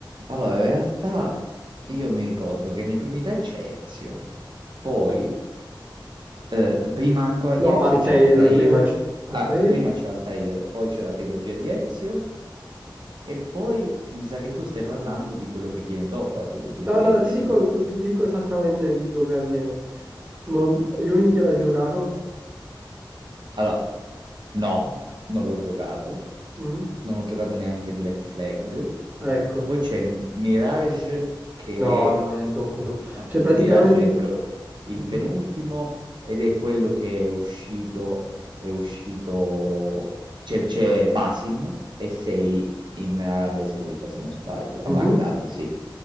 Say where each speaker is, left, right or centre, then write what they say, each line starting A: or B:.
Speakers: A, on the right; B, on the right.
A: allora, in realtà io mi ricordo che nei primi tre c'è Ezio, poi Eh, prima ancora di
B: No,
A: Ezio
B: Altair
A: c'è Altair,
B: prima. c- Altair?
A: ah, eh, prima c'è Altair, poi c'è la trilogia di Ezio, e poi mi sa che tu stai parlando di quello che viene dopo la trilogia
B: Allora,
A: di Ezio.
B: ti dico, ti dico esattamente dove avviene. Non- Unity l'hai giocato?
A: Allora, no, non l'ho giocato,
B: Mm?
A: non ho giocato neanche Black Flag.
B: Ecco,
A: Poi c'è Mirage che
B: no, no, è dopo, dopo.
A: No,
B: Cioè, praticamente...
A: Mirage è quello, il
B: Mhm,
A: penultimo ed è quello che è uscito, è uscito, c'è c'è Basim e sei in Arabia Saudita, se non sbaglio, a
B: mhm,
A: Baghdad, sì.